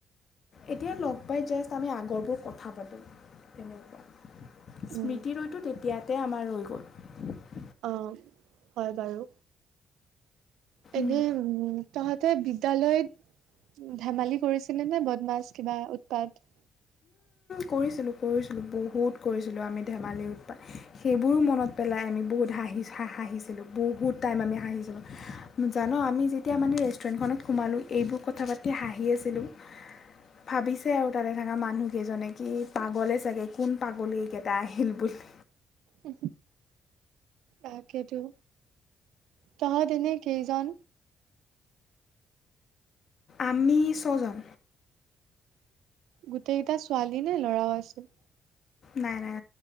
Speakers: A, on the left; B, on the right.
A: এতিয়া লগ পাই জাষ্ট আমি আগৰবোৰ কথা পাতো তেনেকুৱা। স্মৃতি
B: উম,
A: ৰৈটো তেতিয়াতে আমাৰ ৰৈ গ'ল। <unintelligible>
B: অ হয় বাৰু। এনেই
A: উম
B: তহঁত বিদ্যালয়ত ধেমালি কৰিছিলে নে বদমাছ কিবা উৎপাত
A: কৰিছিলোঁ, কৰিছিলোঁ, বহুত কৰিছিলোঁ আমি ধেমালি উৎপাত সেইবোৰো মনত পেলাই আমি বহুত হাঁহি হাঁহিছিলোঁ বহুত টাইম আমি হাঁহিছিলোঁ জান আমি যেতিয়া মানে ৰেষ্টুৰেণ্টখনত সোমালোঁ এইবোৰ কথা পাতি হাঁহি আছিলোঁ। ভাবিছে আৰু তাৰে থকা মানুহকেইজনে কি পাগলে চাগে কোন পাগলীকেইটা আহিল বুলি।
B: উম। তাকেইো তহঁত এনেই কেইজন
A: আমি ছজন।
B: গোটেইকেইটা ছোৱালী নে ল'ৰাও আছিল।
A: নাই নাই